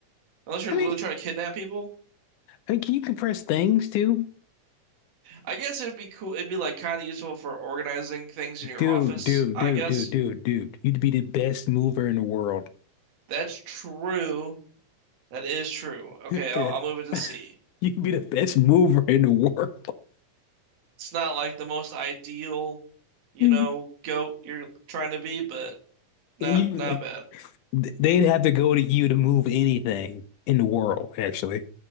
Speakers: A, on the right; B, on the left.
A: Unless you're
B: I
A: literally
B: mean,
A: trying to kidnap people.
B: I mean, can you compress things too?
A: I guess it would be cool. It'd be like kind of useful for organizing things in your
B: Dude,
A: office,
B: dude,
A: I
B: dude,
A: guess.
B: dude, dude, dude. You'd be the best mover in the world.
A: That's true. That is true. Okay,
B: <laughs>
A: I'll,
B: You'd
A: I'll move it to C.
B: be the best mover in the world.
A: It's not like the most ideal, you
B: <laughs>
A: know, goat you're trying to be, but not
B: You,
A: not bad.
B: they'd have to go to you to move anything in the world, actually.